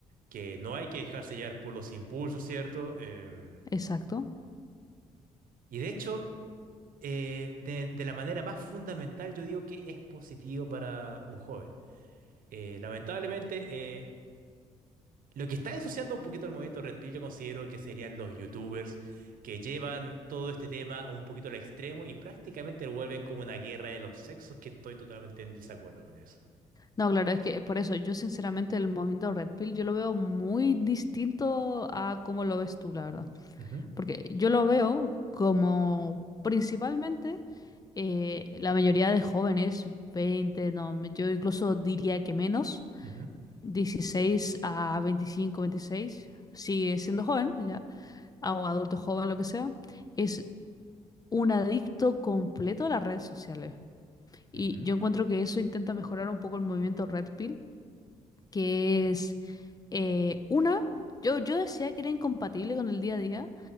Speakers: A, on the right; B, on the left.
A: que no hay que dejarse llevar por los impulsos, ¿cierto? Em,
B: Exacto.
A: Y de hecho, eh, de, de la manera más fundamental, yo digo que es positivo para un joven. Eh, lamentablemente, eh, lo que está ensuciando un poquito el movimiento Red Pill, yo considero que serían los YouTubers que llevan todo este tema a un poquito al extremo y prácticamente lo vuelven como una guerra de los sexos, que estoy totalmente en desacuerdo con eso.
B: No, claro, es que por eso yo sinceramente el movimiento Red Pill yo lo veo muy distinto a cómo lo ves tú, la verdad.
A: Ujú,
B: Porque yo lo veo como principalmente eh, la mayoría de jóvenes, 20, no, me- yo incluso diría que menos,
A: ujú,
B: 16 a 25, 26, sigue siendo joven, ya, a- o adulto joven, lo que sea, es un adicto completo a las redes sociales. Y
A: ujú.
B: yo encuentro que eso intenta mejorar un poco el movimiento Red Pill que es eh, una, yo, yo decía que era incompatible con el día a día,